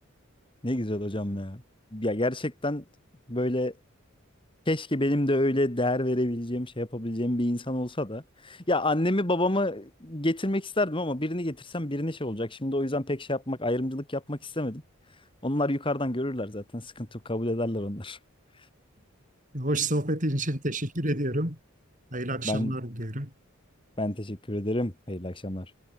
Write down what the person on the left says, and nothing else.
Ne güzel hocam ya. Ya gerçekten böyle Keşke benim de öyle değer verebileceğim, şey yapabileceğim bir insan olsa da. Ya annemi babamı getirmek isterdim ama birini getirsem birine şey olacak. Şimdi o yüzden pek şey yapmak, ayrımcılık yapmak istemedim. Onlar yukarıdan görürler zaten. Sıkıntı yok, kabul ederler onlar. <laughs>
Ben
ben teşekkür ederim. Hayırlı akşamlar.